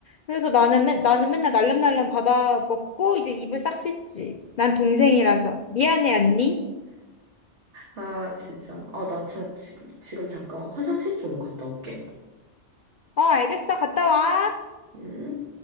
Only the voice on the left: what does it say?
그래서 나는, 맨 나는 맨날 날름날름 받아 먹고 이제 입을 싹 씻지. 난 동생이라서. 미안해, 언니.
어, 알겠어. 갔다 와.